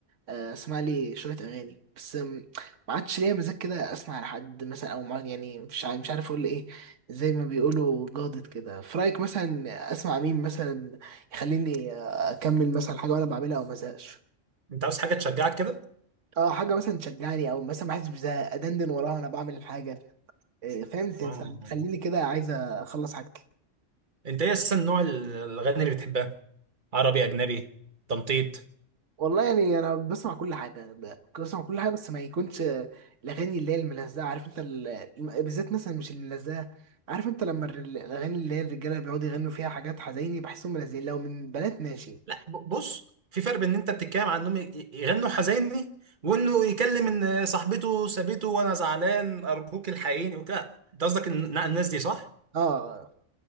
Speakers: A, on the right; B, on the right.
A: آه، اسمع لي شويه اغاني بس آم، ما عادش ليا مزاج كده اسمع لحد مثلا او ما يعني مش عارف مش عارف اقول ايه زي ما بيقولوا جادت كده في رايك مثلا اسمع مين مثلا يخليني آه، اكمل مثلا حاجه وانا بعملها او مزهقش
B: انت عاوز حاجه تشجعك كده
A: اه حاجه مثلا تشجعني او مثلا ما احسش بزهق ادندن وراها وانا بعمل الحاجه إيه، فاهم ت-
B: اه
A: تخليني كده عايز اخلص حاجتي
B: انت ايه اساسا نوع ال- الاغاني اللي بتحبها عربي اجنبي تنطيط
A: والله يعني انا بسمع كل حاجه ب- بسمع كل حاجه بس ما يكونش آه، الاغاني اللي هي الملزقه عارف انت ال... الم- بالذات مثلا مش الملزقه عارف انت لما الر- الاغاني اللي هي الرجاله بيقعدوا يغنوا فيها حاجات حزيني بحسهم ملزقين لو من بنات ماشي
B: لا ب- بص في فرق بين ان انت بتتكلم عن انهم ي- يغنوا حزيني وانه يكلم ان صاحبته سابته وانا زعلان ارجوك الحقيني وكده انت قصدك ان إن الناس دي صح
A: اه